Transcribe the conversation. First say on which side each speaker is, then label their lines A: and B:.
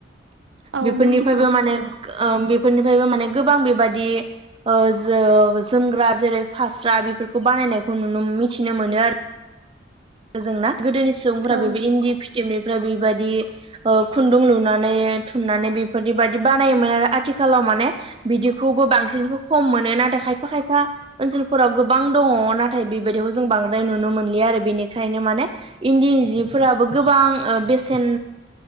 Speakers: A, on the right; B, on the right.
A: औ
B: बेफोरनिफ्रायबो
A: मोनथिगौ
B: माने ओ बेफोरनिफ्रायबो माने गोबां बेबादि ओ जो-जोमग्रा जेरै फास्रा बेफोरखौ बानायनायखौ नुनो मो मिथिनो मोनो आरो जोंना गोदोनि सुबुंफोरा
A: औ
B: बेबो इन्दि फिथ <unintelligible> निफ्राय बेबायदि खुन्दुं लुनानै थुननानै बेफोरदि बादि बानायोमोन आरो आथि खालाव माने बिदिखौबो बांसिनखौ खम मोनो नाथाय खायफा खायफा ओनसोलफोराव गोबां दङ' अ नाथाय बेबायदिखौ जों बांद्राय नुनो मोनलिया आरो बेनि फ्रायनो माने इन्दिनि जिफोराबो गोबां ओ बेसेन